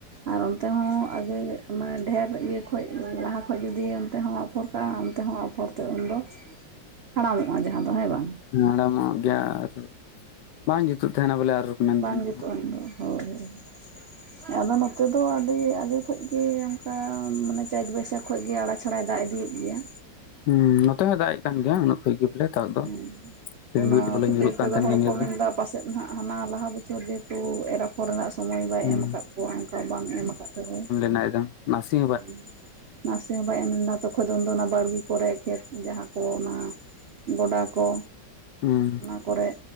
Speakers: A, on the right; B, on the left.
A: ᱟᱨ ᱚᱸᱛᱮ ᱦᱚᱸ ᱟᱜᱮ ᱮᱜ ᱢᱟᱱᱮ ᱰᱮᱦᱮᱨ ᱤᱭᱟᱹ ᱠᱷᱚᱡ ᱞᱟᱦᱟ ᱠᱷᱚᱡ ᱜᱮ ᱡᱩᱫᱤ ᱚᱸᱛᱮ ᱦᱚᱸ ᱚᱯᱷᱚᱨ ᱚᱢ ᱛᱮᱦᱚᱸ ᱟᱯᱷᱚᱨᱛᱮ ᱩᱱᱫᱚ ᱦᱟᱲᱟᱢᱚᱜ-ᱟ ᱡᱟᱦᱟᱸ ᱫᱚ ᱦᱮᱸ ᱵᱟᱝ᱾
B: ᱦᱟᱲᱟᱢᱚᱜ ᱜᱮᱭᱟ ᱟᱨ ᱵᱟᱝ ᱡᱩᱛᱩ ᱛᱷᱮᱱᱟ ᱵᱚᱞᱮ ᱟᱨ᱾ ᱢᱮᱱ
A: ᱵᱟᱝ
B: ᱛᱟᱦᱮᱱ
A: ᱡᱩᱛᱩᱜᱟᱱ
B: ᱠᱚ
A: ᱫᱚ ᱦᱳᱭ᱾ ᱦᱮᱸ ᱟᱫᱚ ᱱᱚᱛᱮ ᱫᱚ ᱟᱹᱰᱤ ᱟᱜᱮ ᱠᱷᱚᱭ ᱜᱮ ᱚᱱᱠᱟ ᱢᱟᱱᱮ ᱪᱟᱸᱫᱽ ᱵᱚᱹᱭᱥᱟᱹᱠᱷᱼᱼ ᱠᱷᱚᱡ ᱜᱮ ᱟᱲᱟ ᱪᱷᱟᱲᱟᱭ ᱫᱟᱜ ᱤᱫᱤᱭᱮᱫ ᱜᱮᱭᱟ
B: ᱦᱩᱸᱻ ᱱᱚᱛᱮ ᱦᱚᱸ ᱫᱟᱜ ᱮᱫ ᱠᱟᱱ ᱜᱮᱭᱟ ᱩᱱᱟᱹᱜ ᱠᱷᱚᱡ ᱜᱮ ᱵᱚᱞᱮ᱾ ᱫᱟᱜ ᱫᱚ
A: ᱦᱮᱸ
B: ᱪᱤᱨᱵᱤᱴ
A: ᱚᱱᱟ
B: ᱵᱚᱞᱮ
A: ᱠᱷᱟᱹᱛᱤᱨ
B: ᱧᱩᱨᱩᱜ ᱠᱟᱱ
A: ᱛᱮᱫᱚ
B: ᱛᱟᱦᱮᱱ
A: ᱦᱚᱲ
B: ᱜᱮᱭᱟ ᱧᱩᱨ
A: ᱠᱚ ᱢᱮᱱᱫᱟ
B: ᱫᱚ
A: ᱯᱟᱥᱮᱱ ᱦᱟᱸ ᱦᱟᱱᱟ ᱞᱟᱦᱟ ᱵᱚᱪᱷᱚᱨ ᱡᱮᱦᱮᱛᱩ ᱮᱨᱟᱯᱼᱼ ᱟᱯᱷᱚᱨ ᱥᱚᱢᱚᱭ ᱵᱟᱭ
B: ᱦᱩᱸ
A: ᱮᱢ ᱠᱟ ᱠᱚᱣᱟ ᱚᱱᱠᱟ ᱚᱱᱠᱟ ᱵᱟᱝ ᱮᱢ ᱠᱟᱛᱮ ᱱᱚᱜᱭᱚᱭ᱾
B: ᱱᱟᱭᱮᱫᱟ ᱱᱟᱥᱤ
A: ᱦᱮᱸ ᱱᱟᱥᱮ ᱦᱚᱸ ᱵᱟᱭ ᱮᱢ ᱞᱮᱫᱟ ᱛᱚᱠᱷᱚᱱᱼᱼ ᱠᱚᱫᱚᱱ ᱫᱚ ᱚᱱᱟ ᱵᱟᱲᱜᱮ ᱠᱚᱨᱮ ᱠᱷᱮᱛ ᱡᱟᱦᱟᱸ ᱠᱚ ᱚᱱᱟ ᱜᱚᱰᱟ ᱠᱚ
B: ᱦᱩᱸ
A: ᱚᱱᱟ ᱠᱚᱨᱮ